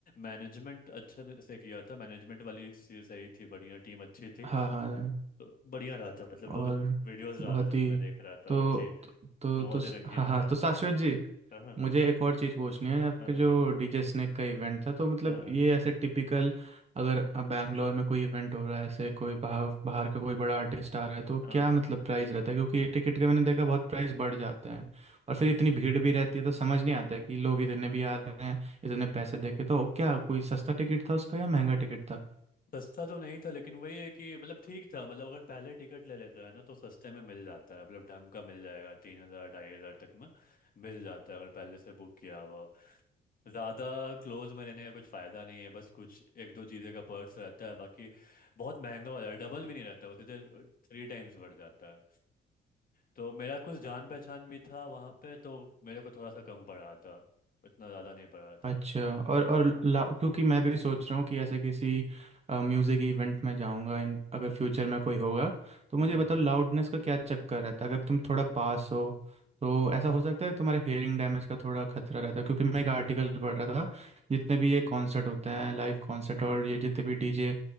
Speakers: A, on the left; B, on the right.
A: मैनेजमेंट अच्छे से किया था मैनेजमेंट वाली चीज़ सही थी बढ़िया टीम अच्छी थी
B: हाँ हाँ हाँ।
A: तो बढ़िया रहा था मतलब लोग
B: और
A: वीडियोस डाल
B: बहुत
A: रहे थे
B: ही
A: ना मैं देख रहा था
B: तो
A: कि
B: तो
A: बहुत
B: तो, तो
A: ही रंगीन
B: हाँ
A: माहौल
B: हाँ तो शाश्वत
A: था
B: जी
A: हाँ हाँ
B: मुझे एक और चीज़ पूछनी है आपके
A: हाँ हाँ
B: जो डीजे स्नेक का इवेंट था तो मतलब
A: हाँ
B: ये ऐसे टिपिकल अगर बैंगलोर में कोई इवेंट हो रहा है ऐसे कोई बाहर बाहर का कोई बड़ा आर्टिस्ट आ रहा है तो
A: हाँ
B: क्या
A: हाँ। हाँ।
B: मतलब प्राइस रहता है क्योंकि टिकट का मैंने देखा बहुत प्राइस बढ़ जाते हैं और फिर इतनी भीड़ भी रहती है तो समझ नहीं आता है कि लोग इतने भी आ रहे हैं इतने पैसे दे के तो क्या कोई सस्ता टिकट था उसका या महंगा टिकट था
A: सस्ता तो नहीं था लेकिन वही है कि मतलब ठीक था मतलब अगर पहले टिकट ले लेता है ना तो सस्ते में मिल जाता है मतलब ढंग का मिल जाएगा तीन हज़ार ढाई हज़ार तक में मिल जाता है अगर पहले से बुक किया हुआ ज़्यादा क्लोज में लेने का कुछ फ़ायदा नहीं है बस कुछ एक दो चीज़ें का पर्क्स रहता है बाकी बहुत महंगा हो जाता है डबल भी नहीं रहता वो सीधे थ्री टाइम्स बढ़ जाता है तो मेरा कुछ जान पहचान भी था वहाँ पे तो मेरे को थोड़ा सा कम पड़ा था इतना ज़्यादा नहीं पड़ा था
B: अच्छा और और
A: हाँ
B: ला क्योंकि मैं भी सोच रहा हूँ कि ऐसे किसी म्यूज़िक इवेंट में जाऊंगा इन अगर फ्यूचर में कोई होगा तो
A: <laughs>
B: मुझे बताओ लाउडनेस का क्या चक्कर रहता है अगर तुम थोड़ा पास हो तो ऐसा हो सकता है तुम्हारे हेयरिंग डैमेज का थोड़ा खतरा रहता है क्योंकि मैं एक आर्टिकल पढ़ रहा था जितने भी ये कॉन्सर्ट होते हैं लाइव कॉन्सर्ट और ये जितने भी डीजे